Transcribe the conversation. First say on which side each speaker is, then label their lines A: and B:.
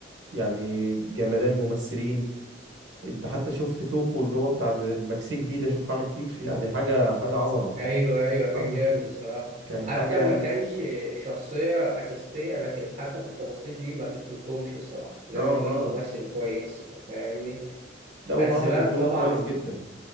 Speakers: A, on the right; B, on the right.
A: يعني جمدان ممثلين انت حتى شفت توكو اللي هو بتاع المكسيك دي ده شوف عامل كيف يعني حاجة حاجة عظمة
B: ايوه ايوه كان
A: <laughs> آه.
B: جامد الصراحه
A: كان
B: حتى
A: حاجة يعني
B: ما كانش شخصيه اساسيه لكن حتى في التفاصيل دي ما بتفوتهمش الصراحه لازم
A: اه
B: يجيب
A: اه
B: ممثل كويس فاهمني
A: لا هو
B: بس
A: عمل
B: بقى
A: الدور
B: طبعا
A: كويس جدا